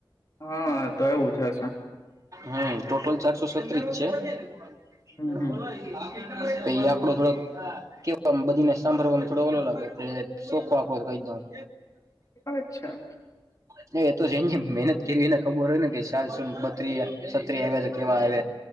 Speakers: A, on the left (about 40°); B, on the right (about 40°).
A: હા તો એવું છેશે.
B: હમ ટોટલ ચારસો છત્રીસ છે. એવ
A: હમ હમ
B: લા. આકડું થોડોક કે બધી ને સાંભળવા. થોડ ઓલો લાગે આપ
A: અચ્છા
B: ક એતો છે મનત ખીલી ને ખબર હોય ને વિશાલ સુ બત્રીત્રી કેવા આવ